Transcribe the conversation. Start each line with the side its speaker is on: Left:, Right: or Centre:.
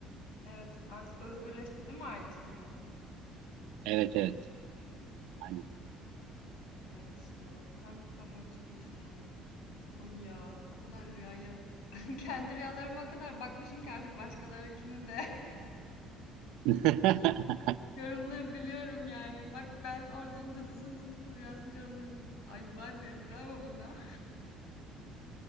Left: Evet, artık özgürleşti değil mi ailesinden?
Right: Evet evet. Hani.
Left: Evet, işte bak tam tam o çıkmış yani. Oy ya, o kadar rüyaya <laughs> kendi rüyalarıma o kadar bakmışım ki artık başkalarınkini de
Right: <laughs>
Left: Yorumlayabiliyorum yani. Bak ben oradan Dıdıs'ın Dıdıs'ın rüyasını yorumlayabildim. Ay vay be bravo bana.